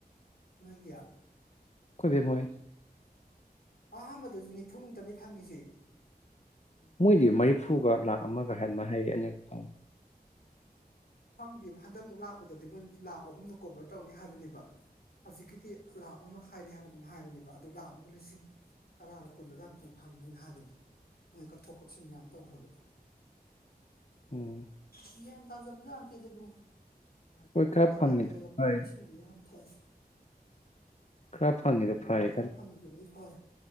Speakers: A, on the left (about 70°); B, on the left (about 45°).
A: ꯅꯣꯏꯒꯤ
B: ꯈꯣꯏ ꯕꯦꯝ ꯍꯣꯏ
A: ꯑꯍꯥꯟꯕꯗꯁꯨ ꯅꯤꯐꯨꯃꯨꯛꯇꯅꯤ ꯐꯪꯉꯤꯁꯦ
B: ꯃꯣꯏꯗꯤ ꯃꯔꯤꯐꯨꯒ ꯂꯥꯛ ꯑꯃꯒ ꯍꯥꯏꯅ ꯍꯥꯏꯌꯦ ꯑꯅꯤ ꯑ
A: ꯈꯪꯗꯤꯕ ꯍꯟꯗꯛꯃꯨꯛ ꯂꯥꯛꯄꯗꯗꯤ ꯃꯣꯏ ꯂꯥꯈ ꯑꯍꯨꯝꯅ ꯀꯣꯚꯔ ꯇꯧꯅꯤ ꯍꯥꯏꯕꯅꯦꯕ ꯍꯧꯖꯤꯛꯀꯤꯗꯤ ꯂꯥꯛ ꯑꯃ ꯃꯈꯥꯏꯅꯤ ꯍꯥꯏꯕꯒꯨꯝ ꯍꯥꯏꯕꯅꯦꯕ ꯑꯗꯨ ꯂꯥꯛ ꯑꯃꯒ ꯂꯤꯁꯤꯡ ꯇꯔꯥꯔ ꯀꯨꯜꯂꯒ ꯑꯃꯨꯛꯇꯪ ꯐꯪꯅꯤꯅ ꯍꯥꯏꯕꯅꯤ ꯃꯣꯏ ꯀꯛꯊꯣꯛ ꯀꯛꯁꯤꯟ ꯃꯌꯝ ꯇꯧꯈ꯭ꯔꯒ
B: ꯎꯝ
A: ꯒꯌ꯭ꯥꯟ ꯇꯖꯕ ꯇꯦꯗꯥ ꯏꯕꯨꯡꯉꯣ
B: ꯍꯣꯏ ꯈꯔ
A: ꯀꯥꯂꯦꯟꯒ
B: ꯐꯪꯉꯤꯗꯣ
A: ꯌꯧꯔꯛꯄꯅꯤꯅ
B: ꯐꯔꯦ
A: ꯏꯁꯤꯡꯖꯤ ꯌꯥꯝ ꯊꯛꯑꯦ
B: ꯈꯔ ꯐꯪꯉꯤꯗꯨ ꯐꯔꯦ
A: ꯈꯔ ꯐꯪꯉꯤꯗꯨꯕꯨꯗꯤ ꯐꯔꯦ